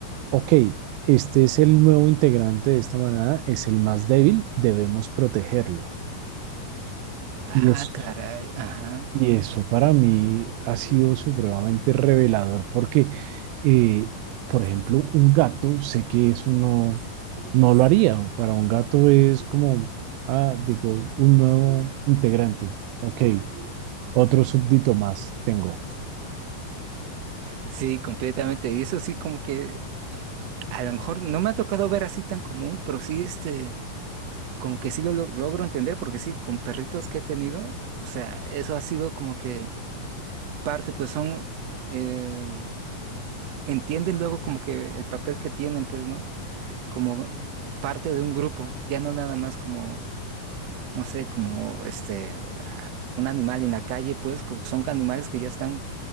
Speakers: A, on the right; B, on the right.
A: ok, este es el nuevo integrante de esta manada, es el más débil, debemos protegerlo.
B: Ah,
A: Y eso,
B: caray, ajá.
A: y eso para mí ha sido supremamente revelador porque, eh, por ejemplo, un gato, sé que eso no, no lo haría. Para un gato es como, ah, digo, un nuevo integrante, ok, otro súbdito más tengo.
B: Sí, completamente. Y eso sí como que a lo mejor no me ha tocado ver así tan común, pero sí este... como que sí lo log- logro entender, porque sí, con perritos que he tenido, o sea, eso ha sido como que parte, pues son, eh, entienden luego como que el papel que tienen, pues, ¿no? Como parte de un grupo, ya no nada más como, no sé, como este, ah, un animal en la calle, pues, co- son animales que ya están